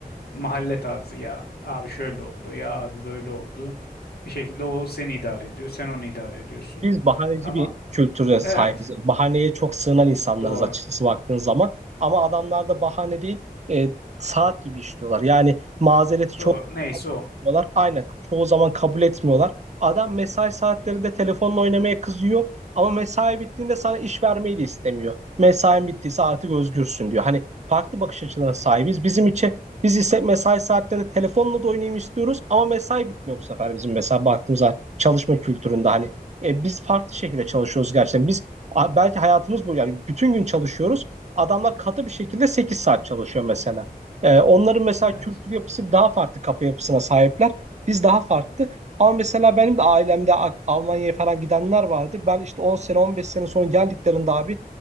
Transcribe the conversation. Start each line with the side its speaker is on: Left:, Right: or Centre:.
Left: mahalle tarzı ya abi şöyle oldu ya abi böyle oldu. Bir şekilde o seni idare ediyor, sen onu idare ediyorsun.
Right: Biz bahaneci
Left: Ama
Right: bir kültüre sahibiz.
Left: evet
Right: Bahaneye çok sığınan insanlarız
Left: doğru
Right: açıkçası baktığın zaman. Ama adamlar da bahane değil, e, saat gibi işliyorlar. Yani mazereti
Left: doğru
Right: çok
Left: neyse o.
Right: etmiyorlar. Aynen. Çoğu zaman kabul etmiyorlar. Adam mesai saatlerinde telefonla oynamaya kızıyor ama mesai bittiğinde sana iş vermeyi de istemiyor. Mesain bittiyse artık özgürsün diyor. Hani farklı bakış açılarına sahibiz. Bizim için biz ise mesai saatlerinde telefonla da oynayayım istiyoruz ama mesai bitmiyor bu sefer bizim mesela baktığımız zaman çalışma kültüründe hani e, biz farklı şekilde çalışıyoruz gerçekten. Biz a- belki hayatımız bu yani bütün gün çalışıyoruz. Adamlar katı bir şekilde 8 saat çalışıyor mesela. E, onların mesela
Left: Evet
Right: kültür yapısı daha farklı kafa yapısına sahipler. Biz daha farklı. Ama mesela benim de ailemde A- Almanya'ya falan gidenler vardı. Ben işte 10 sene 15 sene sonra geldiklerinde abi